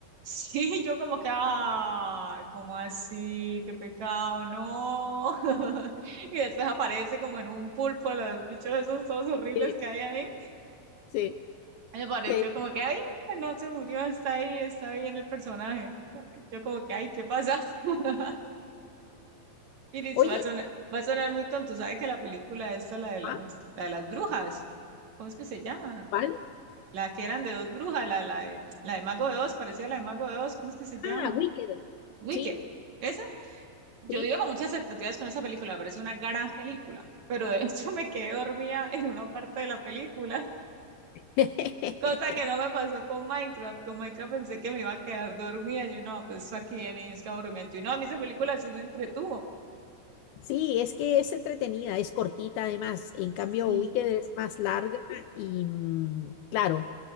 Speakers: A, on the right; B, on the left.
A: Sí, yo como que, ay, ¿cómo así? Qué pecado, no. <laughs> Y después aparece como en un pulpo los bichos esos todos horribles
B: Sí,
A: que hay ahí.
B: sí.
A: Me pareció
B: que-
A: como que, ay, no se murió, está ahí, está bien el personaje. Yo como que, ay, ¿qué pasa? <laughs> Iris,
B: Oye,
A: va a sonar, va a sonar muy tonto. ¿Sabes que la película esta, la de las,
B: ¿ah,
A: la de las brujas? ¿Cómo es que se llama?
B: cuál?
A: La que eran de dos brujas, la, la de, la de Mago de Oz, parecía la de Mago de Oz. ¿Cómo es que se llama?
B: Ah, Wicked.
A: Wicked.
B: Sí,
A: Esa, yo
B: sí.
A: iba con muchas expectativas con esa película, me parece una gran película, pero de hecho me quedé dormida en una parte de la película, <laughs>
B: <laughs>
A: cosa que no me pasó con Minecraft. Con Minecraft pensé que me iba a quedar dormida. Yo no, pues aquí de niños, qué aburrimiento. Y no, a mí esa película sí me entretuvo.
B: Sí, es que es entretenida, es cortita además. En
A: Sí.
B: cambio, Wicked es más larga y mm, claro,